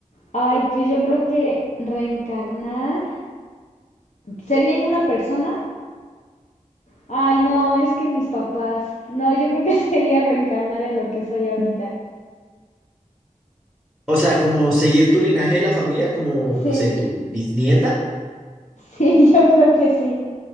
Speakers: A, on the left; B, in the centre.
A: Ay, pues yo creo que reencarnar sería en una persona. Ay, no, es que mis papás. No, yo creo que <laughs> sería reencarnar en lo que soy ahorita.
B: O sea, como seguir tu linaje de la familia, como,
A: Sí,
B: no sé, tu bisnieta.
A: sí, <laughs> yo creo que sí.